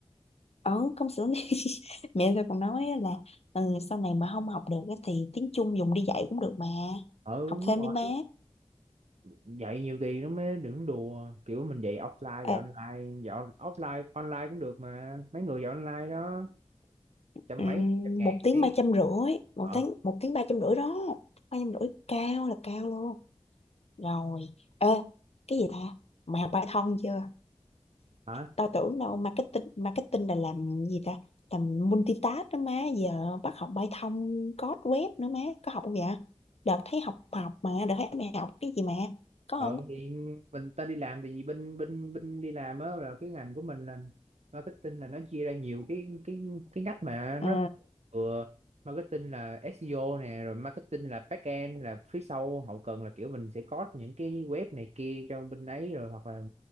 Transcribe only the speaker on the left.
ở công xưởng này <laughs> mẹ tao còn nói á là ừ, sau này mà không học được á thì tiếng Trung dùng đi dạy cũng được mà
học
thêm
đi má
à,
ừm,
một tiếng
ba trăm rưỡi một
tiếng một tiếng ba trăm rưỡi đó ba trăm rưỡi cao là cao luôn Rồi, ê, cái gì ta? Mày học Python chưa?
Tao tưởng đâu marketing marketing là làm gì ta? Làm multitask đó má, giờ bắt học Python code web nữa má, có học không vậy? Đợt thấy học học mà, đợt thấy mày học cái gì mà, có
không?
Ừ,